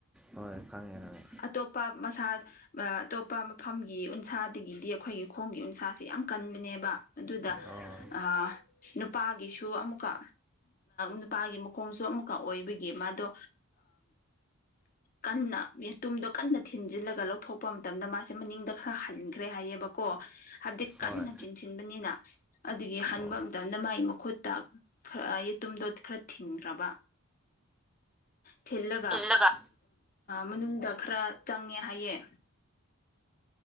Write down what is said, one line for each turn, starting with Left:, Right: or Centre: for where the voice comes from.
Centre: ꯍꯣꯏ ꯈꯪꯉꯦ ꯈꯪꯉꯦ
Left: ꯑꯇꯣꯞꯄ ꯃꯁꯥ ꯑꯇꯣꯞꯄ ꯃꯐꯝꯒꯤ ꯎꯟꯁꯥꯗꯒꯤꯗꯤ ꯑꯩꯈꯣꯏꯒꯤ ꯈꯣꯡꯒꯤ ꯎꯟꯁꯥꯁꯦ ꯌꯥꯝ ꯀꯟꯕꯅꯦꯕ ꯑꯗꯨꯗ
Centre: ꯑꯣ
Left: ꯑ ꯅꯨꯄꯥꯒꯤꯁꯨ ꯑꯃꯨꯛꯀ ꯅꯨꯄꯥꯒꯤ ꯃꯈꯣꯡꯁꯨ ꯑꯃꯨꯛꯀ ꯑꯣꯏꯕꯒꯤ ꯃꯥꯗꯣ ꯀꯟꯅ ꯇꯨꯝꯗꯣ ꯀꯟꯅ ꯊꯤꯟꯖꯤꯜꯂꯒ ꯂꯧꯊꯣꯛꯄ ꯃꯇꯝꯗ ꯃꯥꯁꯦ ꯃꯅꯤꯡꯗ ꯈꯔ ꯍꯟꯈ꯭ꯔꯦ ꯍꯥꯏꯌꯦꯕꯀꯣ ꯍꯥꯏꯕꯗꯤ ꯀꯟꯅ
Centre: ꯍꯣꯏ
Left: ꯆꯤꯡꯁꯤꯟꯕꯅꯤꯅ ꯑꯗꯨꯒꯤ ꯍꯟꯕ
Centre: ꯑꯣ
Left: ꯃꯇꯝꯗ ꯃꯥꯒꯤ ꯃꯈꯨꯠꯇ ꯈꯔ ꯌꯦꯇꯨꯝꯗꯣ ꯈꯔ ꯊꯤꯟꯈ꯭ꯔꯕ ꯊꯤꯜꯂꯒ
Centre: ꯏꯜꯂꯒ
Left: ꯃꯅꯨꯡꯗ ꯈꯔ ꯆꯪꯉꯦ ꯍꯥꯏꯌꯦꯦ